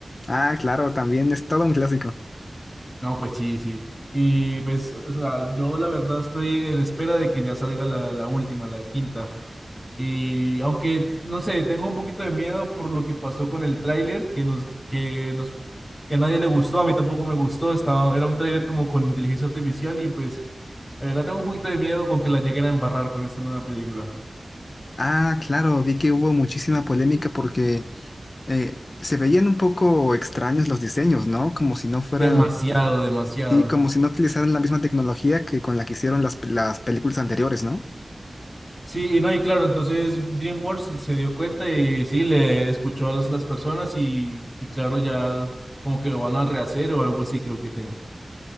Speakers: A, on the left; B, on the left.
A: Ah, claro, también es todo un clásico.
B: No, pues sí, sí. Y pues, o sea, yo la verdad estoy en espera de que ya salga la, la última, la quinta. Y aunque, no sé, tengo un poquito de miedo por lo que pasó con el tráiler, que nos, que nos, que a nadie le gustó, a mí tampoco me gustó. Estaba, era un tráiler como con inteligencia artificial y pues, la verdad tengo un poquito de miedo con que la lleguen a embarrar con esta nueva película.
A: Ah, claro, vi que hubo muchísima polémica porque eh, se veían un poco extraños los diseños, ¿no? Como si no fueran,
B: Demasiado, demasiado.
A: sí, como si no utilizaran la misma tecnología que con la que hicieron las, las películas anteriores, ¿no?
B: Sí, y no, y claro, entonces DreamWorks se dio cuenta y sí, le escuchó a las, las personas y, y claro, ya como que lo van a rehacer o algo así, creo que tengo.